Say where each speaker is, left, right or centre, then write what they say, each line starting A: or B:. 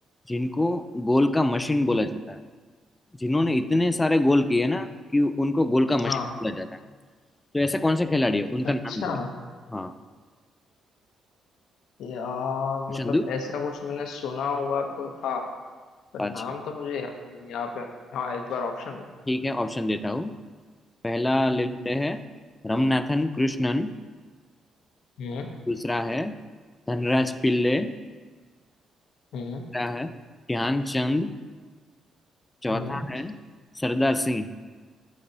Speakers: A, on the left (about 15°); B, on the left (about 75°).
A: जिनको गोल का मशीन बोला जाता है जिन्होंने इतने सारे गोल किए ना कि उनको गोल का मशीन
B: हाँ
A: बोला जाता है तो ऐसा कौन सा खिलाड़ी है उनका
B: अच्छा
A: नाम क्या है हाँ
B: यार
A: चंदू
B: मतलब ऐसा कुछ मैंने सुना हुआ तो था पर नाम
A: अच्छा
B: तो मुझे याद नहीं है। आप हाँ एक बार ऑप्शन दो
A: ठीक है ऑप्शन देता हूँ पहला ले
B: हम्म
A: लेते हैं रमनाथन कृष्णन
B: हम्म
A: दूसरा है धनराज पिल्ले
B: हम्म
A: तीसरा है ध्यानचंद चौथा
B: हम्म
A: है सरदार सिंह